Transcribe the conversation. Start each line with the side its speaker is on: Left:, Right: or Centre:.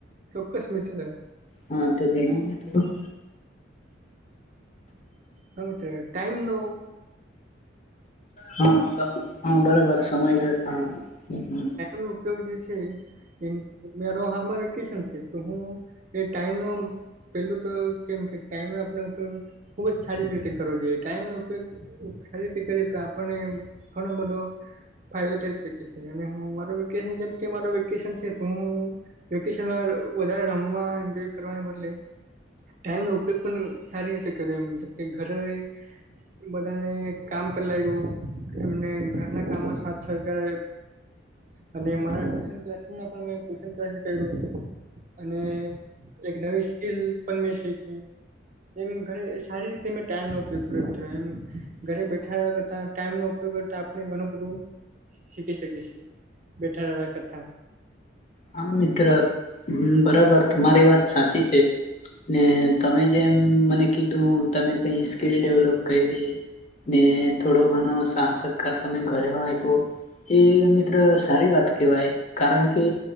Right: ચોક્કસ મિત્ર
Left: હા તો જણાવો ને થોડુંક.
Right: હા તો ટાઈમ નું
Left: હા સમ હા બરોબર સમય વ્યવસ્થા નું
Right: નો ઉપયોગ જે છે જેમ મારો હાલમાં વેકેશન છે તો હું એ ટાઈમનો પેલું તો કેમ કે ટાઈમ નો આપનો ઉપયોગ ખુબ જ સારી રીતે કરવો જોઈએ. ટાઈમ નો ઉપયોગ સારી રીતે કરીએ તો આપને એમ ઘણો બધો ફાયદો થઈ શકે છે અને હું મારો વેકેશન જેમ કે મા મારું વેકેશન છે તો હું વેકેશનમાં વધારે રમવા, એન્જોય કરવાને બદલે ટાઈમનો ઉપયોગ પણ સારી રીતે કરી એ જેમ કે ઘરે બધા એ કામ કરલાયખું અને ઘરના કામમાં સાથ સહકાર અને મારા ટ્યુશન ક્લાસીસ માં પણ મે ટ્યુસન ક્લાસીસ કર્યું. અને એક નવી સ્કીલ પણ મેં શીયખી. એમ ઘરે સારી રીતે મેં ટાઈમ નો ઉપયોગ એમ ઘરે બેઠા કરતા ટાઈમ નો ઉપયોગ કરતા આપણે ઘણું બધું શીખી શકીએ છે બેઠા રહેવા કરતા.
Left: હા મિત્ર બરાબર તમારી વાત સાચી છે. ને તમે જેમ મને કીધું તમે કઈ સ્કીલ ડેવલપ કયરી ને થોડો ઘણો સાથસહકાર તો મે ઘરે હો આયપો. એ મિત્ર સારી વાત કેવાય કારણ કે,